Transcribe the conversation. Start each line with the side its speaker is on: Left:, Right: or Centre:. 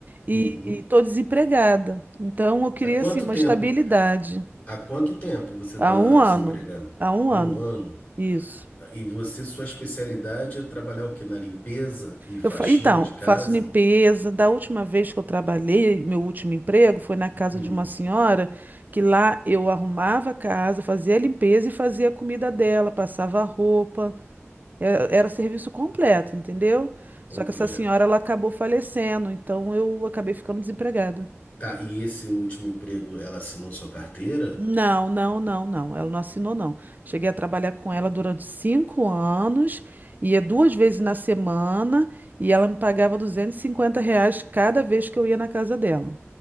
Right: E
Left: Uhum.
Right: estou desempregada. Então, eu queria
Left: Há quanto
Right: assim uma
Left: tempo,
Right: estabilidade.
Left: há quanto tempo você está
Right: Há um
Left: desempregado?
Right: ano. Há um
Left: Um
Right: ano.
Left: ano.
Right: Isso.
Left: E você, sua especialidade é trabalhar o quê? Na limpeza e faxina
Right: Eu, fa- então,
Left: de casa?
Right: faço limpeza. Da última vez que eu trabalhei, meu último emprego foi na casa
Left: Uhum.
Right: de uma senhora que lá eu arrumava a casa, fazia a limpeza e fazia a comida dela, passava a roupa. É- Era serviço completo, entendeu? Só
Left: Completo.
Right: que essa senhora ela acabou falecendo, então eu acabei ficando desempregada.
Left: Tá, e esse último emprego, ela assinou sua carteira?
Right: Não, não, não, não. Ela não assinou, não. Cheguei a trabalhar com ela durante cinco anos, ia duas vezes na semana e ela me pagava 250 reais cada vez que eu ia na casa dela.